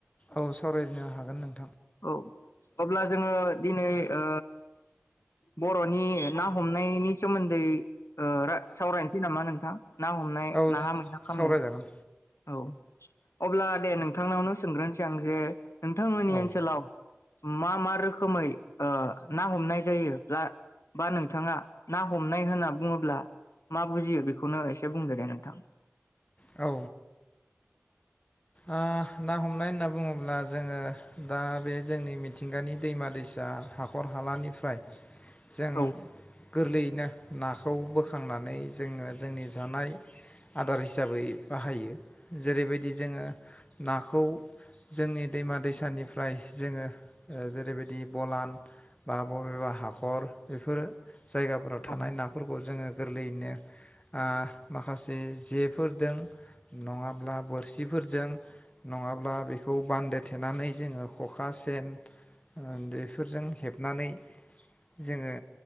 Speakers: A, on the left; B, on the left.
A: औ सावरायनो हागोन नों
B: औ अब्ला जोङो दिनै ओ बर'नि ना हमनायनि सोमोन्दै ओ रा सावरायनोसै नामा नोंथां? ना हमनाय
A: औ
B: नाहा मैहा खामनाय।
A: सावरायजागोन
B: औ अब्ला दे नोंथांनावनो सोंग्रोनोसै आं जे नोंथांमोननि
A: औ
B: ओनसो लाव मा मा रोखोमै ओ ना हमनाय जायो बा नोंथाङा ना हमनाय होनना बुङोब्ला मा बुजियो बेखौनो एसे बुंदो दे नोंथां
A: औ ओ ना हमनाय होनना बुङोब्ला जोङो दा बे जोंनि मिथिंगानि दैमा दैसा हाखर हालानिफ्राय जों
B: औ
A: गोरलैयैनो नाखौ बोखांनानै जोङो जोंनि जानाय आदार हिसाबै बाहायो जेरैबायदि जोङो नाखौ जोंनि दैमा दैसानिफ्राय जोङो ओ जेरैबायदि बलान बा बबेबा हाखर बेफोरो जायगाफोराव
B: औ
A: थानाय नाफोरखौ जोङो गोरलैयैनो ओ माखासे जेफोरदों नङाब्ला बोरसिफोरजों नङाब्ला बेखौ बान्दो थेनानै जोङो खखा सेन बेफोरजों हेबनानै जोङो